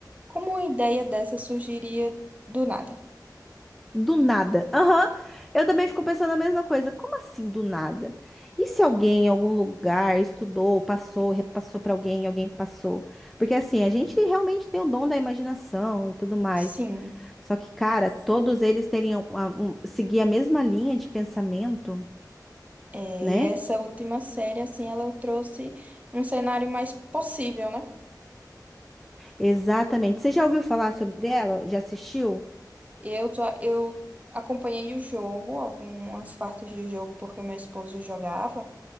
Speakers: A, on the right; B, in the centre.
A: como uma ideia dessa surgiria do nada?
B: Do nada. Aham. Eu também fico pensando a mesma coisa. Como assim do nada? E se alguém em algum lugar estudou, passou, repassou para alguém, alguém passou? Porque assim, a gente realmente tem o dom da imaginação e tudo mais.
A: Sim,
B: Só que, cara, todos eles teriam a- um- seguir a mesma linha de pensamento,
A: é,
B: né?
A: e essa última série, assim, ela trouxe um cenário mais possível, né?
B: Exatamente. Você já ouviu falar sobre ela? Já assistiu?
A: Eu, tô- eu acompanhei o jogo, algumas partes do jogo, porque meu esposo jogava,